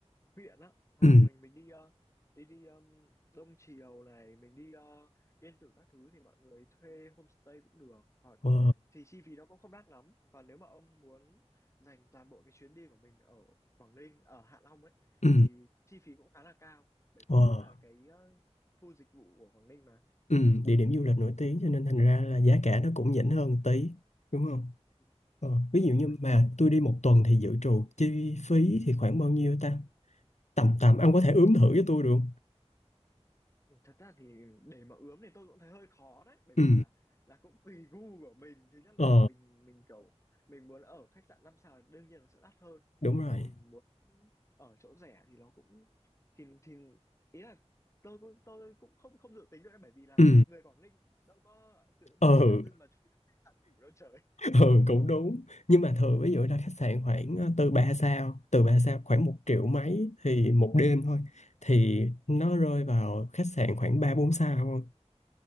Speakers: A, on the left; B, on the left.
A: huyện á à,
B: Ừ.
A: mình mình đi ờ, đi đi um, Đông Triều này mình đi ờ, Yên Tử các thứ thì mọi người thuê homestay cũng được hoặc
B: Ờ.
A: thì chi phí nó cũng không đắt lắm còn nếu mà ông muốn dành toàn bộ cái chuyến đi của mình ở Quảng Ninh ở Hạ Long ấy
B: Ừ.
A: thì chi phí cũng khá là cao bởi vì
B: Ờ.
A: nó là cái ờ, khu dịch vụ của Quảng Ninh mà
B: Ừ. Địa điểm du lịch nổi tiếng cho nên thành ra là giá
A: ừ,
B: cả nó cũng nhỉnh hơn tí đúng không?
A: ừ,
B: Ờ. Ví
A: đúng
B: dụ
A: rồi
B: như mà tôi đi một tuần thì dự trù chi phí thì khoảng bao nhiêu ta? Tầm tầm ông có thể ướm
A: Ừ.
B: thử cho tôi được không?
A: thật ra thì để mà ướm thì tôi cũng thấy hơi khó đấy bởi
B: Ừ.
A: vì là là cũng tùy gu của mình thứ nhất là
B: Ờ.
A: mình mình kiểu mình muốn ở khách sạn năm sao thì đương nhiên nó sẽ đắt hơn
B: Đúng rồi.
A: còn mình muốn ở chỗ rẻ thì nó cũng thì thì ý là tôi cũng tôi cũng không không dự tính được ấy, bởi vì là
B: Ừ.
A: người Quảng Ninh mà, đâu có tự đâu
B: Ừ.
A: có tự dưng mà chui ra khách sạn ngủ đâu trời
B: <laughs> ừ cũng đúng nhưng mà thường ví dụ ra khách sạn khoảng ờ, từ ba sao từ ba sao khoảng một triệu mấy thì một đêm thôi thì nó rơi vào khách sạn khoảng ba bốn sao thôi